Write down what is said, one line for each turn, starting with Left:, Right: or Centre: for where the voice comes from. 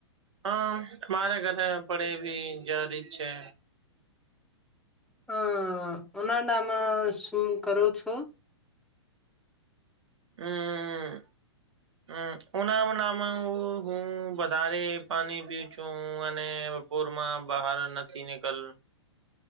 Right: હમ મારે ઘરે પડે એવી જ રત છે.
Centre: હમ ઉનાડાામાં શું કરો છો.
Right: હમ હમ ઉના ઉનામાં હું વધારે પાણી પી છું અને બપોરમાં બહાર નથી નીકલ